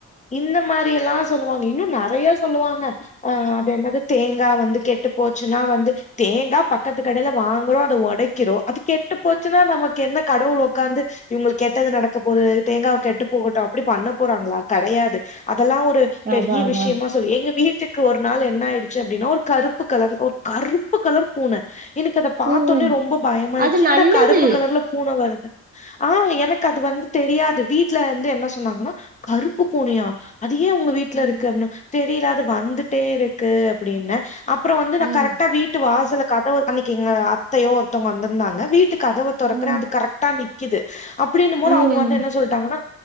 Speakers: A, on the left; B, on the right.
A: இந்த மாரி எல்லா சொல்லுவாங்க இன்னு நெறையா சொல்லுவாங்க அ அது என்னது தேங்கா வந்து கெட்டு போச்சுன்னா வந்து தேங்கா பக்கத்து கடையில வாங்குறோ அத ஒடைக்கிறோ அது கெட்டு போச்சுன்னா நமக்கு என்ன கடவுள் உக்காந்து இவங்களுக்கு கெட்டது நடக்க போகுது தேங்கா கெட்டு போகட்டு அப்டி பண்ண போறாங்களா கெடையாது அதெல்லா ஒரு பெரிய
B: அதான், அதான்.
A: விஷ்யமா எங்க வீட்டுக்கு ஒரு நாள் என்ன ஆய்டுச்சு அப்டின்னா ஒரு கருப்பு கலர் ஒரு கருப்பு கலர் பூன எனக்கு அத பார்த்தொனே
B: ம்.
A: ரொம்ப பயமாயிச்சு
B: அது
A: என்னடா
B: நல்லது.
A: கருப்பு கலர்ல பூன வருது ஆ எனக்கு அது வந்து தெரியாது வீட்ல இருந்து என்ன சொன்னாங்கனா கருப்பு பூனையா அது ஏ உங்க வீட்ல
B: ம்,
A: இருக்கு அப்புனாங் தெரியல அது வந்துட்டே இருக்கு அப்டின்னே அப் அப்றோ வந்து நா
B: ம்,
A: கரெக்டா வீட்டு வாசல்ல கதவு அன்னைக்கு எங்க அத்தையோ ஒருத்தவங்க வந்துருந்தாங்க வீட்டு கதவ தொறக்கற
B: ம்,
A: அது கரெக்டா நிக்கிது அப்டின்னும் போது
B: ம்,
A: அவுங்க வந்து என்ன சொல் டாங்கனா